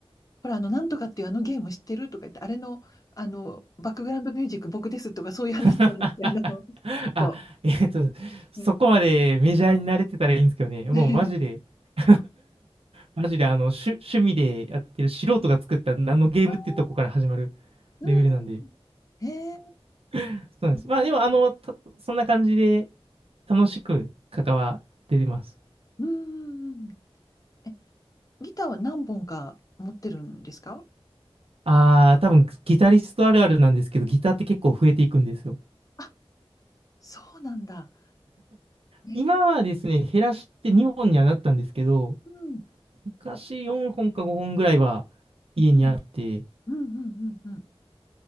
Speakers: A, on the left (about 35°); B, on the right (about 70°).
A: ほら、あの、なんとかっていうあのゲーム知ってるとか言って、あれの、あの、バックグラウンドミュージック僕ですとか、そういう話じゃなくて、
B: <laughs>
A: あの、もっと、
B: あ、えっと、そこまでメジャーに慣れてたらいいんですけどね、
A: うん。
B: もうマジで
A: <laughs>
B: <laughs> マジであの趣、趣味でやってる素人が作った何のゲームってとこから始まる
A: あーう
B: レベルなんで、
A: ん。えー、
B: そうなんです。
A: うん。
B: まあでも、あの、たそんな感じで楽しく関わってます。
A: うんえ、ギターは何本か持ってるんですか
B: ああ、多分ギタリストあるあるなんですけど、ギターって結構増えていくんですよ。
A: あ、そうなんだ。えー、
B: 今はですね、減らして2本にはなったんですけど、
A: うん。
B: 昔4本か5本ぐらいは家にあって、
A: うん。うん。うん。うん。